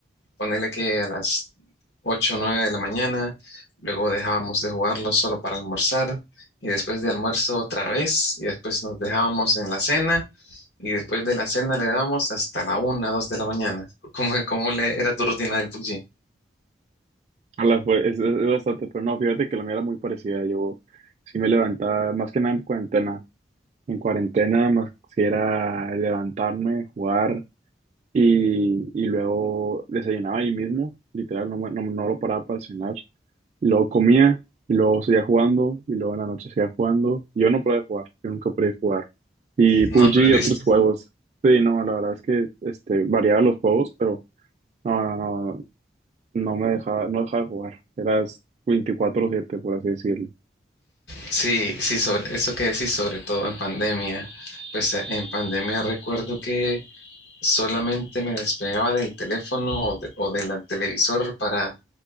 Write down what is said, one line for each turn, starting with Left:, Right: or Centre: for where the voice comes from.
Left: ponerle que a las 8 o 9 de la mañana, luego dejábamos de jugarlo solo para almorzar y después de almuerzo otra vez y después nos dejábamos en la cena y después de la cena le dábamos hasta la una 2 de la mañana. ¿Cómo, cómo le era tu rutina del PUBG?
Right: a la, fue- es, es- es bastante, pero no, fíjate que la mía era muy parecida, yo sí me levantaba, más que nada en cuarentena, en cuarentena más si era levantarme, jugar. y, y luego desayunaba ahí mismo, literal, no, me- no, no lo paraba para cenar. Y luego comía, y luego seguía jugando, y luego en la noche seguía jugando. Yo no podía jugar, yo nunca podía jugar. Y PUBG
Left: ¿No Uy, aprendiste?
Right: y otros
Left: mucho.
Right: juegos. Sí, no, la verdad es que este, variaba los juegos, pero no, no, no, no me dejaba, no dejaba de jugar. Eras 24/7, por así decirlo.
Left: Sí, sí, sobre eso que decís, sobre todo en pandemia. Pues eh, en pandemia recuerdo que solamente me despegaba del teléfono o, de- o del televisor para